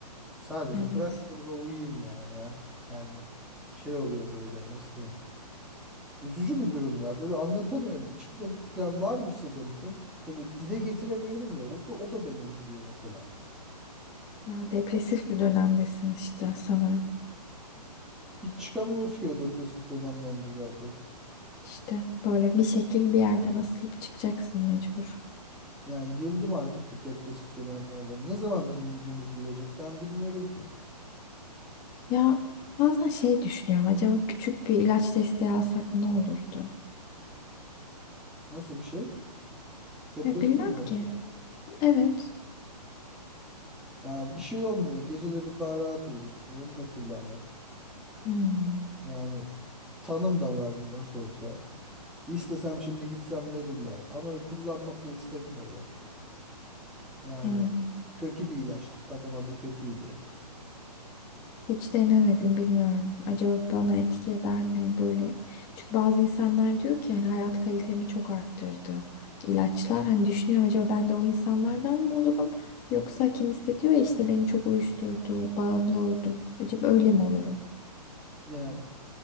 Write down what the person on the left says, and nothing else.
Evet.
Ya depresif bir dönemdesin işte sanırım.
İşte böyle bir şekil bir yerden asılıp çıkacaksın mecbur.
Ya bazen şey düşünüyorum. Acaba küçük bir ilaç desteği alsak ne olurdu?
Ya bilmem
ki.
Evet.
Hmm,
yani
hiç denemedim
bilmiyorum. Acaba bana etki eder mi böyle? Çünkü bazı insanlar diyor ki hani hayat kalitemi çok arttırdı ilaçlar. Hani düşünüyorum acaba ben de o insanlardan mı olurum? Yoksa kim istediyor işte beni çok uyuşturdu, bağımlı oldum. Acaba öyle mi olurum?